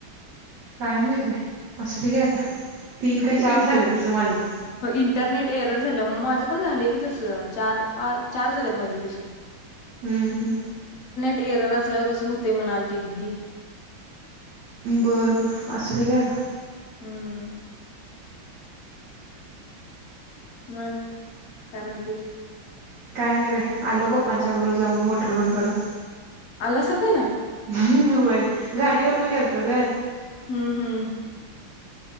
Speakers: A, on the right; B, on the left.
A: कायम य त काय असं ते घे आता तीन का
B: ते
A: चार
B: इंट
A: झालं तसं माझं
B: इंटरनेट एरर झालं माझं पण झालं की तस चार चार झालेत माझी तशी
A: हम्म हम्म
B: टेरर असल्या तसहूते मनालती दिदी
A: बरं बर असुली घ्या का
B: हम्म मग काय म्हणतेस?
A: काय नाही बाई, आलो पप्पांच्या बरोबर जाऊन मोटर बंद करून.
B: आलासा पण अ?
A: हम्म व्हय, गाडीवरनं गेलतो गं.
B: हम्म, हम्म